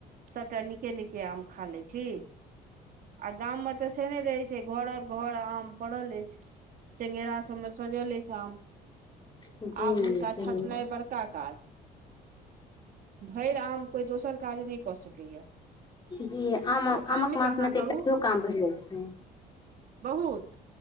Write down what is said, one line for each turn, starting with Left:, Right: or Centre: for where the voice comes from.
Right: सबटा निके निक के आम खा लै छी आ गाम मे तऽ से नहि रहै छै घरक घर आम पड़ल अछि चेंगेरा सब मे सजल अछि छै आम
Left: जी
Right: आब हुनका
Left: सही
Right: छटनाइ बड़का काज भरि आम कोइ दोसर काज नहि कऽ सकैए
Left: जी आम आमक
Right: ओ आमेके
Left: मासमे
Right: अहाँ करू
Left: तऽ एकओ काम बढ़ि जाइ छै
Right: बहुत